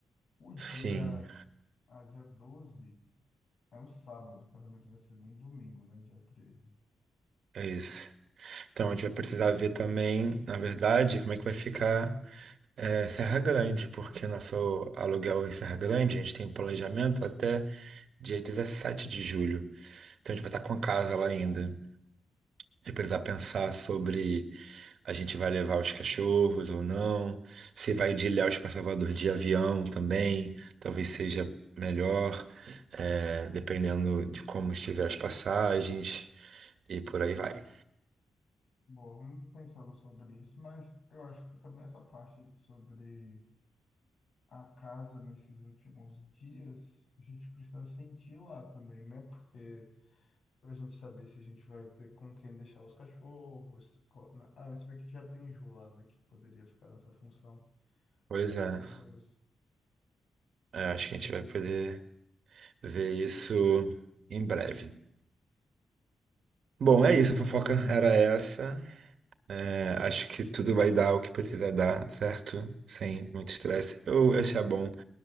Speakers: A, on the left; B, on the right.
A: O dia,
B: Sim,
A: a dia 12 é um sábado, o casamento vai ser num domingo, né, dia treze
B: é isso. Então a gente vai precisar ver também, na verdade, como é que vai ficar é, Serra Grande, porque nosso aluguel em Serra Grande, a gente tem um planejamento até dia 17 de julho. Então a gente vai estar com a casa lá ainda. de precisar pensar sobre a gente vai levar os cachorros ou não, se vai de Ilhéus para Salvador de avião também, talvez seja melhor, é, dependendo de como estiver as passagens e por aí vai.
A: Bom, vamos pensando sobre isso, mas eu acho que também essa parte sobre a casa nesses últimos dias, a gente precisa sentir lá também, né? Porque pra gente saber se a gente vai ter com quem deixar os cachorros. co- na- Ah, mas você vê que já tem Ju lá, né? Que poderia ficar nessa função
B: Pois
A: dos
B: é,
A: cachorros.
B: é, acho que a gente vai poder ver isso em breve. Bom,
A: Bom.
B: é isso, a fofoca era essa. É, acho que tudo vai dar o que precisa dar, certo? Sem muito estresse. Eu achei bom que